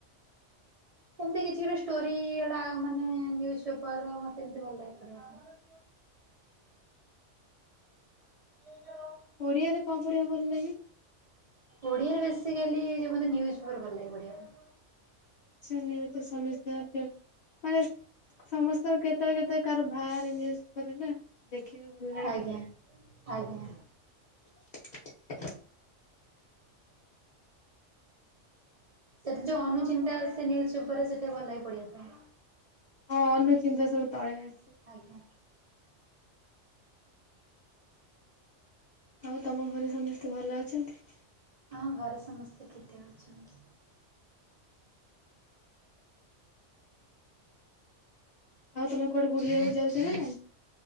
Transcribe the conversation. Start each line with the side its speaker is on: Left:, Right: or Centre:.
Right: ଏମତି କିଛି ଗୋଟେ ଷ୍ଟୋରି ଏଡା ମାନେ ନିଉଜ୍ ପେପର ମତେଏମତି ଭଲ ଲାଗ ପଢିବା ପାଇଁ। <unintelligible>
Left: ଓଡିଆରେ କଣ ପଢିବାକୁ ଭଲ ଲାଗେ?
Right: ଓଡିଆରେ ବେଶୀକାଲି ଯୋଉ ମାନେ ନିଉଜ୍ ପେପର ଭଲ ଲାଗେ ପଢିବା ପାଇଁ।
Left: ଆଚ୍ଛା ନିଉଜ ତ ସମସ୍ତଙ୍କର ଫେବ <unintelligible> ସମସ୍ତଙ୍କର କେତେବେଳ କେତେବେଳେ କାହାର ଭାର ନିଉଜ୍ ପେପର ନା ଦେଖିବାକୁ ଭଲ ଲାଗେ।
Right: ଆଜ୍ଞା ଆଜ୍ଞା।
Left: <unintelligible>
Right: ସେଥିେରେ ଯୋଉ ଅନୁଚିନ୍ତା ସେ ନିଉଜ୍ ପେପର ରେ ସେଟା ବି ଭଲଲାଗେ ପଢିବା କୁ।
Left: ହଁ ଅନୁଚିନ୍ତା ସବୁ ତଳେ ଆସେ।
Right: ଆଜ୍ଞା।
Left: ଆଉ ତମ ଘରେ ସମସ୍ତେ ଭଲ ଅଛନ୍ତି।
Right: ହଁ ଘରେ ସମସ୍ତେ ଠିକ ଠାକ ଅଛନ୍ତି।
Left: ଆଉ ତମେ କୁଆଡେ ବୁଲିବାକୁ ଯାଉଛ ନା ନାଇଁ।